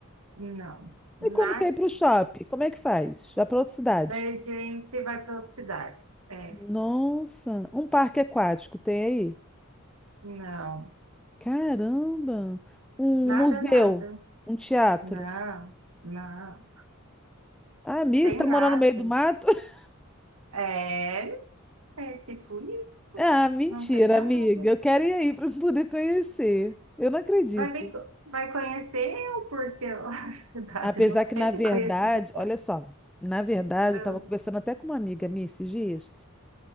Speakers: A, on the right (about 85°); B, in the centre.
A: Não. Nada.
B: E quando quer ir pro shopping, como é que faz? Vai para outra cidade?
A: Daí a gente vai para outra cidade. É,
B: Nossa, um parque aquático tem aí?
A: não.
B: Caramba! Um
A: Nada,
B: museu,
A: nada.
B: um teatro.
A: Não, não.
B: Ah, amigo,
A: Tem
B: você tá
A: nada.
B: morando no meio do mato? <laughs>
A: É, é tipo isso.
B: Ah, mentira,
A: Não tem nada.
B: amiga. Eu quero ir aí para poder conhecer. Eu não acredito.
A: Vai, ver, co- vai conhecer eu, porque a <laughs> cidade
B: Apesar
A: não
B: que,
A: tem
B: na verdade,
A: que conhecer.
B: olha só, na verdade,
A: Ah,
B: eu estava conversando até com uma amiga minha esses dias.